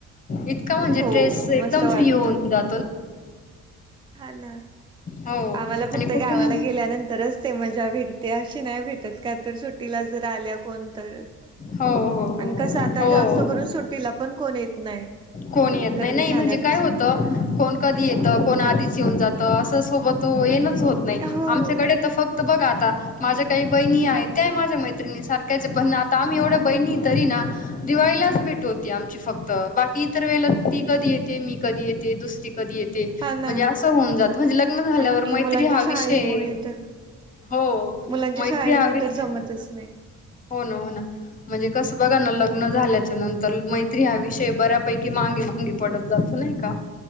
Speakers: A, on the left; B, on the right.
A: इतका म्हणजे
B: हो
A: ट्रेस
B: मस्त
A: एकदम
B: वाटत
A: फ्री होऊन जात.
B: हा ना
A: हो
B: आम्हाला फक्त
A: आणि कुटुंब
B: गावाला गेल्यानंतरच ते मजा विहरीत ते अशी नाही भेटत का? तर सुट्टीला जर आल्या कोण तरच
A: हो हो हो.
B: आणि कसं आता
A: हो.
B: जास्त करून सुट्टीला पण कोण येत नाही.
A: कोण येत
B: लग्न
A: नाही नाही
B: झाल्यापासून
A: म्हणजे काय होत कोण कधी येतं कोण आधीच येऊन जातं असं सोबत येनच होत नाही.
B: हो
A: आमच्याकडे तर फक्त त बघ आता माझ्या काही बहिणी आहेत. त्याय माझ्या मैत्रिणी सारख्याचे पण आता आम्ही एवढ्या बहिणी तरी ना दिवाळीलाच भेट होते आमची फक्त बाकी इतर वेळेला ती कधी येते मी कधी येते दुसरी कधी येते
B: हा ना
A: म्हणजे असं होऊन जात म्हणजे लग्न झाल्यावर
B: आणि
A: मैत्री
B: मुलांच्या
A: हा
B: शाळेमुळे
A: विषय
B: तर
A: हो
B: मुलांच्या
A: मैत्री
B: शाळेमुळे
A: हा विषय
B: तर जमतच नाही.
A: हो न हो ना. म्हणजे कसं बघा ना, लग्न झाल्याच्या नंतर मैत्री हा विषय बऱ्यापैकी मांगे मागे पडत जातो नाही. का?